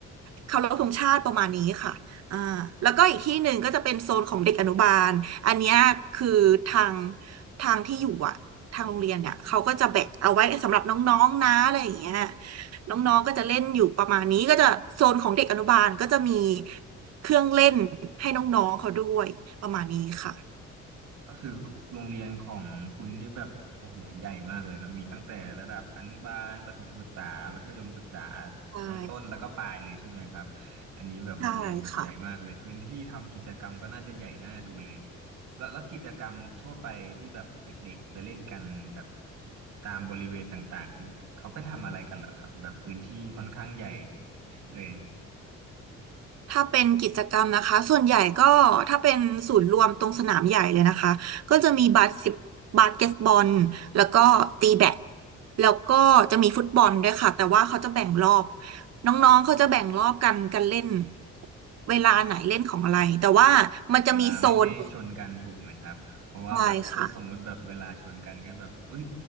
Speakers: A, on the right; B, on the right.
A: เคารพธงชาติประมาณนี้ค่ะอ่าแล้วก็อีกที่หนึ่งก็จะเป็นโซนของเด็กอนุบาลอันเนี้ยคือทางทางที่อยู่อะทางโรงเรียนเนี่ยเขาก็จะแบ่งเอาไว้สำหรับน้องๆนะอะไรอย่างเงี้ยน้องๆก็จะเล่นอยู่ประมาณนี้ก็จะโซนของเด็กอนุบาลก็จะมีเครื่องเล่นให้น้องๆเขาด้วยประมาณนี้ค่ะ
B: ก็คือโรงเรียนของคุณนี่แบบโอ้โหใหญ่มากเลยนะมีตั้งแต่ระดับอนุบาลประถมศึกษามัธยมศึกษา
A: ใช่
B: ทั้งต้นแล้วก็ปลายเลยใช่ไหมครับอันนี้แบบโรงเรียนแบบใหญ่มากเลยพื้นที่ทำกิจกรรมก็น่าจะใหญ่น่าดูเลย
A: ใช่ค่ะ
B: แล้วแล้วกิจกรรมทั่วไปที่แบบเด็กๆไปเล่นกันแบบตามบริเวณต่างๆนี้เขาไปทำอะไรกันเหรอครับแบบพื้นที่ค่อนข้างใหญ่เลย
A: ถ้าเป็นกิจกรรมนะคะส่วนใหญ่ก็ถ้าเป็นศูนย์รวมตรงสนามใหญ่เลยนะคะก็จะมีบาสสิบบาสเกตบอลแล้วก็ตีแบดแล้วก็จะมีฟุตบอลด้วยค่ะแต่ว่าเขาจะแบ่งรอบน้องๆเขาจะแบ่งรอบกันกันเล่นเวลาไหนเล่นของอะไรแต่ว่ามันจะมีโซน
B: เวลาไม่ให้ชนกันถูกไหมครับเพราะว่าแบบถ้าสมมุติแบบเวลาชนกันก็แบบเอ้ย
A: ใช่ค่ะ